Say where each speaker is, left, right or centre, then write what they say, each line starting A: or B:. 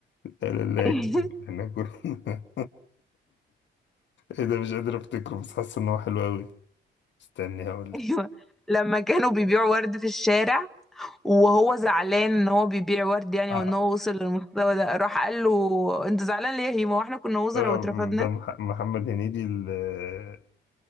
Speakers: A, on the left; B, in the centre.
A: لا لا
B: <laughs>
A: لا احنا كنا <laughs> ايه ده مش قادر افتكره بس حاسس ان هو حلو قوي استني هقول لك
B: ايوه لما كانوا بيبيعوا ورد في الشارع وهو زعلان ان هو بيبيع ورد يعني
A: آه،
B: وان هو وصل للمستوى ده راح قال له انت زعلان ليه يا هيما واحنا كنا وزراء
A: آه،
B: واترفدنا
A: ده مح- محمد هنيدي ل-